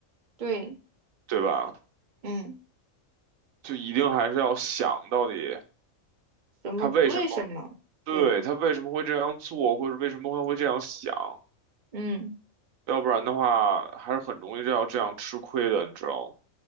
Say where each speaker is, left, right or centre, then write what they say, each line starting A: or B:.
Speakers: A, on the right; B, on the right.
A: 对，
B: 对吧？
A: 嗯，
B: 就一定还是要想到底
A: 什么？
B: 他为什么，
A: 为什么？
B: 对，
A: 对，
B: 他为什么会这样做，或者为什么会会这样想，
A: 嗯，
B: 要不然的话还是很容易要这样吃亏的，你知道吗？